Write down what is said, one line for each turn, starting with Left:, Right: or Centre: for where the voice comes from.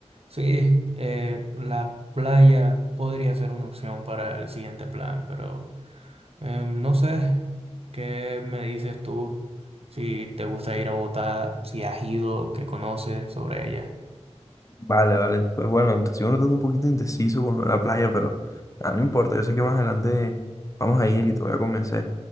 Right: Sí, eh, la playa podría ser una opción para el siguiente plan, pero eh, no sé qué me dices tú, si te gusta ir a Bogotá, si has ido, qué conoces sobre ella.
Left: Vale, vale, pues bueno, te sigo notando un poquito indeciso con lo de la playa, pero nada, no importa, yo sé que más adelante vamos a ir y te voy a convencer.